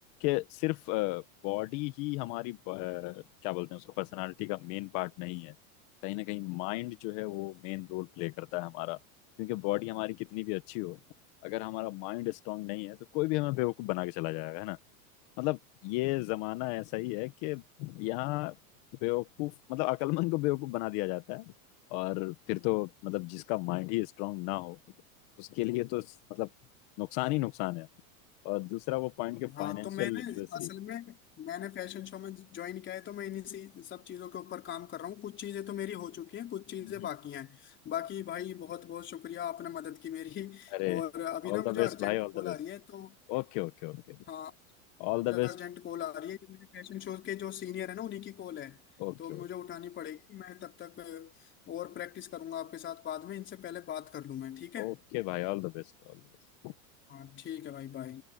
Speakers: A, on the left; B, on the left.
A: कि सिर्फ बॉडी ही हमारी अ, क्या बोलते हैं उसको पर्सनालिटी का मेन पार्ट नहीं है कहीं ना कहीं माइंड जो है वो मेन रोल प्ले करता है हमारा क्योंकि बॉडी हमारी कितनी भी अच्छी हो अगर हमारा माइंड स्ट्रांग नहीं है तो कोई भी हमें बेवकूफ बना के चला जाएगा है ना मतलब ये जमाना ऐसा ही है कि यहाँ बेवकूफ मतलब अकलमंद को बेवकूफ बना दिया जाता है और फिर तो मतलब जिसका माइंड ही स्ट्रांग ना हो उसके लिए तो मतलब नुकसान ही नुकसान है और दूसरा वो पॉइंट के
B: हाँ
A: फाइनेंशियल
B: तो मैंने
A: लिटरेसी
B: असल में मैंने फैशन शो में ज्वाइन किया है तो मैं इन्हीं सी सब चीज़ों के ऊपर काम कर रहा हूँ कुछ चीज़ें तो मेरी हो चुकी हैं कुछ चीज़ें
A: हम्म।
B: बाकी हैं बाकी भाई बहुत बहुत शुक्रिया आपने मदद की मेरी
A: अरे
B: और अभी
A: ऑल
B: ना
A: द
B: मुझे
A: बेस्ट
B: अर्जेंट
A: भाई all
B: कॉल
A: the best
B: आ रही है तो
A: Okay okay okay
B: हाँ
A: All
B: मुझे
A: the
B: अर्जेंट
A: best
B: कॉल आ रही है कि मेरे फैशन शो के जो सीनियर है ना उन्हीं की कॉल है
A: Okay
B: तो मुझे
A: okay
B: उठानी पड़ेगी मैं तब तक और प्रैक्टिस करूंगा आपके साथ बाद में इनसे पहले बात कर लूँ मैं ठीक है
A: Okay भाई all the best all the best
B: हाँ ठीक है भाई बाय